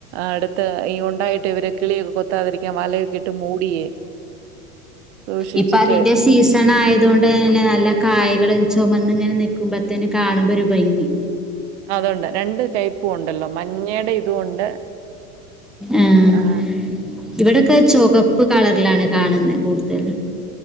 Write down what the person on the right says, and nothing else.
അടുത്ത് ഈ ഉണ്ടായിട്ട് ഇവരെ കിളിയൊക്കെ കൊ കൊത്താതിരിക്കാൻ വലയൊക്കെ ഇട്ട് മൂടിയേ സൂക്ഷിച്ചിട്ട്
അതൊണ്ട് രണ്ട് ടൈപ്പും ഉണ്ടല്ലോ മഞ്ഞയുടെ ഇതുണ്ട്
ആ